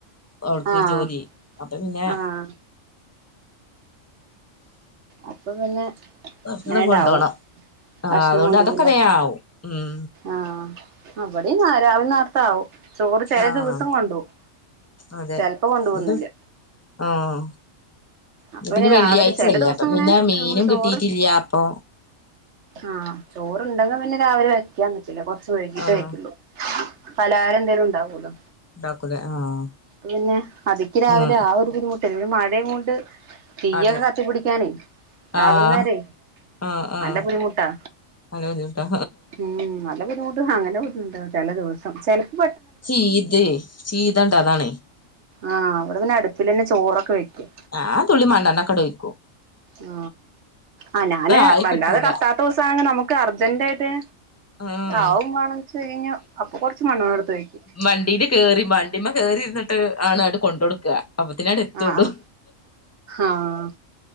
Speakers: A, on the left (about 15°); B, on the right (about 65°).
A: ആവൾക്ക്
B: ആഹ്
A: ജോലി അപ്പൊ പിന്നെ
B: ആഹ് അപ്പൊ പിന്നെ
A: ഉം ഭക്ഷണം
B: അങ്ങനെണ്ടാവും
A: കൊണ്ടോണം ആഹ്
B: ഭക്ഷണം
A: അതോണ്ട്
B: കൊണ്ടുപോവൂല്ലേ
A: അതൊക്കെ വേ ആവും ഉം
B: ആഹ് ആഹ് ഇവടിം നാരാവി നേര്ത്താവും ചോറ് ചെല
A: ആഹ്
B: ദിവസം കൊണ്ടോവും
A: അതെ
B: ചെൽപ്പം കൊണ്ടോവൊന്നുല്ല
A: ഇന്നിട്ട് ആഹ്
B: അപ്പൊ
A: ഇ ന്ന്പിന്നെ
B: പിന്നെ
A: വെള്ള്യാഴ്ചെല്ലേ
B: രാവിലെ ചെല ദിവസം
A: അപ്പൊ പിന്നെ
B: ഇങ്ങനെ
A: മീനും
B: നമ്മള് ചോറ്
A: കിട്ടീട്ടില്ല്യാപ്പം
B: ആഹ് ചോറ്ണ്ടെങ്ക് പിന്നെ രാവിലെ വെ ക്കാൻ നിക്കില്ല കൊറച്ച് വൈകീട്ടേ
A: ആഹ്
B: വെക്കൂള്ളു പലഹാരം എന്തേലും ഉണ്ടാവൂലോ
A: ഉണ്ടാക്കൂലെ ആഹ്
B: പിന്നെ അതിക്ക് രാവിലെ
A: ഉം
B: ആ ഒരു ബുദ്ധിമുട്ട് ഇന്ന് മഴയും കൊണ്ട് തീയ്യൊക്കെ
A: അതെ
B: കത്തി പിടിക്കാനെ രാവിലെ
A: ആഹ്
B: നേരവെ
A: ആഹ് ആഹ്
B: നല്ല ബുദ്ധിമുട്ടാ
A: നല്ല ബുദ്ധിമുട്ടാ
B: ഉം നല്ല ബുദ്ധിമുട്ട് അങ്ങനെ ബുദ്ധിമുട്ട് ചെല ദിസം ചെൽപ
A: ചീത് ചീതാണ്ടതാണ്
B: ആ വടെ പിന്നെ അടുപ്പിലെന്നെ ചോറൊക്കെ വെക്ക്യാ
A: ഞാൻ തുള്ളി മണ്ണണ്ണക്കട്ഴ്ക്കും
B: ആ ആ ഞാന്
A: ആയി
B: വല്ലാതെ
A: കിട്ടൂല
B: കത്താത്തോസാണെ നമുക്ക് അർജെന്റായ്ട്ട്
A: ആഹ്
B: ആവുവാണ് എന്ന് ചോദിച്ചു കഴിഞ്ഞാൽ അപ്പൊ കൊറച്ച് മണ്ണെണ്ണ എടുത്ത് ഒഴിക്കുക.
A: വണ്ടീല് കേറി വണ്ടിമേ കേറിയിരുന്നിട്ട് ആണ് അങ്ങ് കൊണ്ടു കൊടുക്കുക. അപ്പത്തിനാട് എത്തള്ളൂ
B: ആഹ് ആഹ്